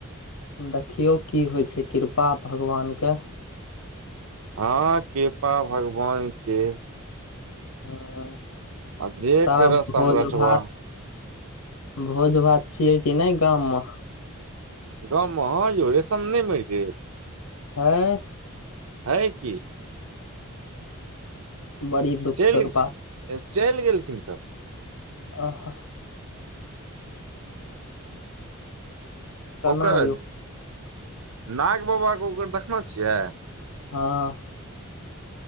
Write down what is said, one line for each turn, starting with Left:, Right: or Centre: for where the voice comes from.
Left: देखियौ की होइ छै कृपा भगवानके।
Right: हँ कृपा भगवान के।
Left: हूं
Right: आ जे
Left: तब
Right: कर समरठबा
Left: भोज भात भोज भात छियै कि नहि गाममऽ।
Right: गाँममऽ हँ यौ रेशम नहि मरि गेल।
Left: अँय
Right: है की।
Left: बड़ी दुःख
Right: चलि
Left: के बात
Right: चैल गेलखिन त।
Left: आह।
Right: <inaudible>
Left: केना
Right: ओकर
Left: यौ
Right: नाग बाबाके ओकर देखने छियै।
Left: हँ।